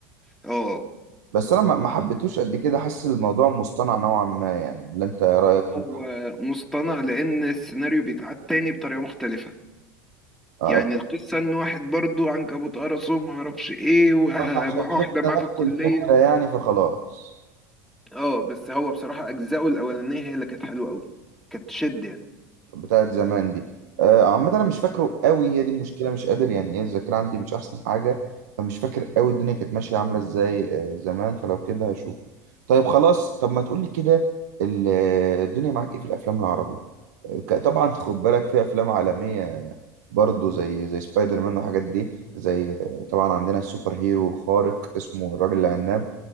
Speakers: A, in the centre; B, on the right.
A: اه
B: بس انا ما ما حبيتوش قد كده حاسس الموضوع مصطنع نوعا ما يعني اللي انت رأيك كنت
A: هو مصطنع لان السيناريو بيتعاد تاني بطريقة مختلفة
B: آه
A: يعني القصة ان واحد برضو عنكبوت قرصه ومعرفش ايه ومع
B: احنا عشان شفنا
A: <laughs> واحدة معاه
B: نفس
A: في الكلية
B: الفكرة
A: و...
B: يعني فخلاص
A: اه بس هو بصراحة اجزاؤه الاولانية هي اللي كانت حلوة قوي كانت تشد يعني
B: بتاعت زمان دي آه، عامة أنا مش فاكره قوي هي دي المشكلة مش قادر يعني إيه الذاكرة عندي مش أحسن حاجة فمش فاكر قوي الدنيا كانت ماشية عاملة إزاي آه، زمان فلو كده هشوفه طيب خلاص طب ما تقولي كده ال- الدنيا معاك إيه في الأفلام العربي آه، ك- طبعا خد بالك في أفلام عالمية برضه زي زي سبايدر مان والحاجات دي زي آه، طبعا عندنا السوبر هيرو خارق اسمه الراجل العناب